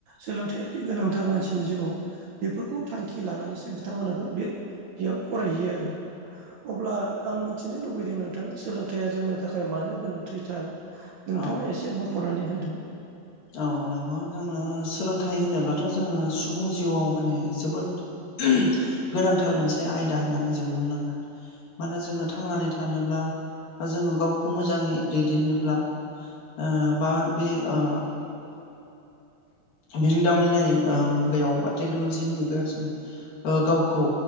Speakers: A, on the right (about 65°); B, on the left (about 65°).
A: सोलोंथायादि गोनांथार मानसिनि जिउआव बेफोरखौ थांखि लानानैसो बिथांमोनाबो बे बेयाव फरायहैयो आरो। अब्ला आं मिथिनो लुबैदों नोंथां सोलोंथाइया जोंनो थाखाय मानो गोनांथिथार? नोंथाङा
B: औ
A: एसे बुंफ्रुनानै होदो।
B: औ नंगौ जोंनो सोलोंथाइ होनोब्लाथ' जोङो सुबुं जिउआव माने जोबोद <unintelligible> गोनांथार मोनसे आयदा होननानै जों बुंनांगोन। मानो जोङो थांनानै थानोब्ला बा जोङो गावखौ मोजाङै दैदेननोब्ला ओ बा बे ओ बेजों दामिनारि मुगायाव बा टेक्न'लजिनि मुगायाव जों ओ गावखौ